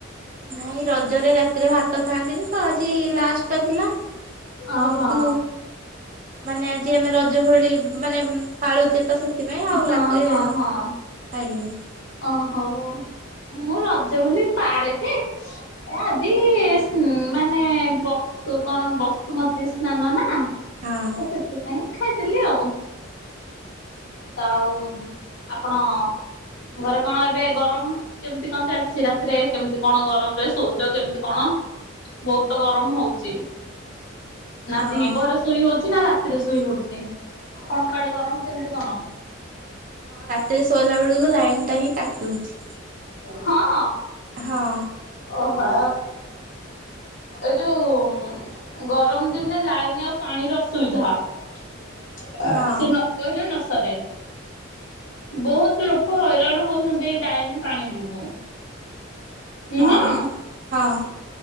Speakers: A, on the right; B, on the left.
A: ନାଇଁ ରଜରେ ରାତିରେ ଭାତ ଖାଆନ୍ତିନି ତ ଆଜି ଲାଷ୍ଟ ଟା ଥିଲା।
B: ଓହୋ
A: ଯେହେତୁ ମାନେ ଆଜି ଆମେ ରଜ ଭଳି ମାନେ ପାଳୁଛେ ତ ସେ ସେଥିପାଇଁ ଆଉ
B: ହଁ
A: ରାତିରେ
B: ହଁ ହଁ
A: ଖାଇଲିନି।
B: ଓହୋ ମୁଁ ରଜ ବୋଲି ପାଳେ ଯେ ଏ ଆଜିସି ମାନେ ବ ସେ କଣ ବସୁମତୀ ସ୍ନାନ ନା ତ
A: ହଁ
B: ସେଥିପାଇଁ ଖାଇଦେଲି ଆଉ। ତ ଆଉ ଆପଣ ଘରେ କଣ ଏବେ ଗରମ କେମିତି କଣ ଚାଲିଛି ରାତିରେ କେମିତି କଣ ଗରମ ରେ ସଉଚ କେମିତି କଣ? ବହୁତ ତ ଗରମ ହଉଛି। ନା
A: ହଁ
B: ଦି ପହରେ ଶୋଇ ହଉଛି ନା ରାତିରେ ଶୋଇ ହଉଛି।
A: ହଁ
B: ଆପଣଙ୍କ ଆଡେ ଗରମ କେମିତି କଣ?
A: ହଁ ରାତିରେ ଶୋଇଲା ବେଳକୁ ଲାଇନ ଟା ହିଁ କାଟି ଦଉଛି।
B: ହଁ।
A: ହଁ।
B: ଓହୋ ଏ ଯୋଉ ଗରମ ଦିନେ ଲାଇନ ଆଉ ପାଣିର ଅସୁବିଧା ସେ
A: ହଁ
B: ନ କହିଲେ ନ ସରେ। ବହୁତ ଲୋକ ହଇରାଣ ହଉଛନ୍ତି ଏଇ ଲାଇନ ପାଣି ଯୋଗୁଁ। ନୁହଁ?
A: ହଁ ହଁ